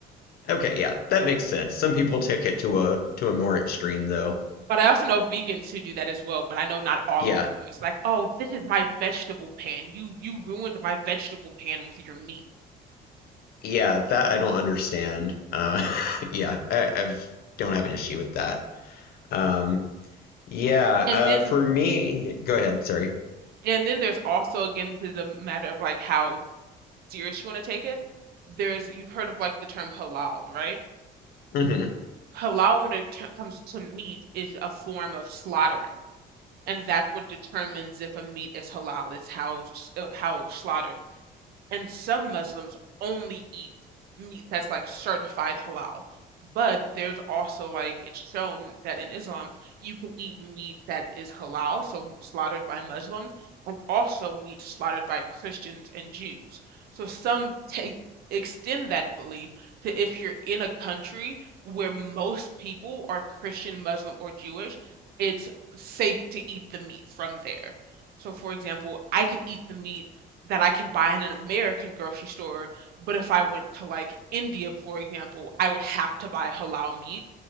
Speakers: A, on the left; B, on the right.
A: Okay, yeah, that makes sense. Some people take it to a to a more extreme
B: Mm.
A: though.
B: But I also know vegans who do that as well, but I know not all
A: Yeah,
B: of them do it. It's like, "Oh, this is my vegetable pan. You you ruined my vegetable pan with your meat."
A: yeah, that I don't understand. Uh, <laughs> yeah, I, I've don't have an issue with that. Um, Yeah,
B: And
A: uh,
B: then
A: for me, go ahead, sorry.
B: and then there's also again this is a matter of like how serious you want to take it. There's you've heard of like the term halal, right?
A: hmm
B: halal when it t- comes to meat is a form of slaughtering and that's what determines if a meat is halal it's how it's, uh, how it's slaughtered and some Muslims only eat meat that's like certified halal. But there's also like it's shown that in Islam you can eat meat that is halal, so slaughtered by Muslims, and also meat slaughtered by Christians and Jews. So some take extend that belief to if you're in a country where most people are Christian, Muslim, or Jewish, it's safe to eat the meat from there. So, for example, I can eat the meat that I can buy in an American grocery store. But if I went to like India, for example, I would have to buy halal meat